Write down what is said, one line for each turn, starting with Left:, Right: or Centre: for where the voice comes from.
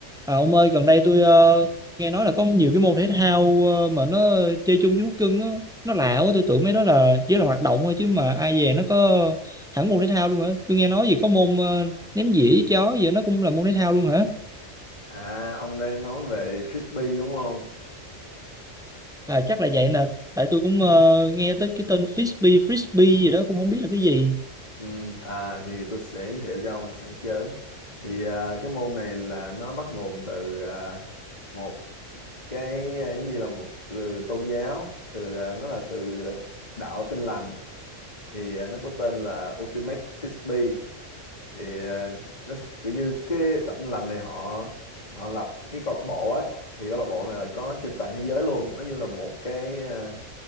Centre: À, ông ơi, gần đây tôi ờ, nghe nói là có nhiều cái môn thể thao ờ, mà nó chơi chung với thú cưng á, nó lạ quá, tôi tưởng mấy đó là chỉ là hoạt động thôi chứ mà ai về nó có hẳn môn thể thao luôn hả? Tôi nghe nói gì có môn ờ, ném dĩa với chó gì đó, nó cũng là môn thể thao luôn hả?
Left: À, ông đang nói về frisbee đúng không?
Centre: À chắc là vậy nè, tại tôi cũng ờ, nghe tới cái tên frisbee, frisbee gì đó cũng không biết là cái gì.
Left: Ừ, à, thì tôi sẽ giới thiệu cho ông sẵn chớn. Thì à, cái môn này là nó bắt nguồn từ à, một cái à, giống như là một từ tôn giáo, từ à, nó là từ à, đạo Tin lành. Thì à, nó có tên là Ultimate Frisbee. Thì à, nó s- kiểu như cái đạo Tin lành này họ họ lập cái câu lạc bộ á. Thì câu lạc bộ này là có trên toàn thế giới luôn. Nó như là một cái à,